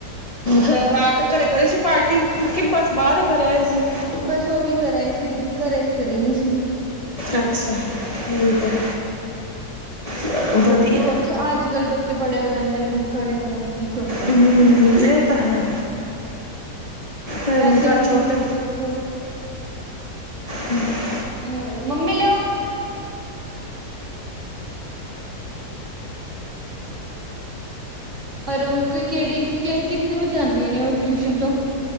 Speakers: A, on the left; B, on the right.
A: ਫੇਰ ਰਾਤ ਘਰੇ ਕਰੀ ਸੀ ਪਾਰਟੀ ਕਿ ਬਸ ਬਾਹਰ ਹੀ ਕਰੇ ਆਏ ਸੀ।
B: ਬਸ ਉਹੀ ਕਰ ਆਏ ਸੀ ਦੀਦੀ ਘਰੇ ਕਰੀ ਨੀ ਸੀ।
A: ਅੱਛਾ, ਠੀਕ ਹੈ। ਚਲੋ
B: ਬਸ
A: ਵਧੀਆ
B: ਉੱਥੇ ਅੱਜ ਕੱਲ੍ਹ ਬੱਚੇ ਬੜੇ ਹੋ ਜਾਂਦੇ ਨੇ ਫਿਰ ਘਰੇ ਕੌਣ ਕੀ ਕਰ
A: ਹੂੰ, ਇਹ ਤਾਂ ਹੈ। ਹੈ
B: ਪੈਸੇ
A: ਨਹੀਂ ਘਰ ਛੋਟੇ
B: ਥੋੜੇ
A: ਹੂੰ।
B: ਹੂੰ, ਮੰਮੀ ਲੋ, ਪਰ ਉਹ ਕਿਹੜੀ ਕਿ ਕਿਤਨੇ ਵਜੇ ਆਉਂਦੀਆ ਨੇ ਉਹ ਟਿਊਸ਼ਨ ਤੋਂ।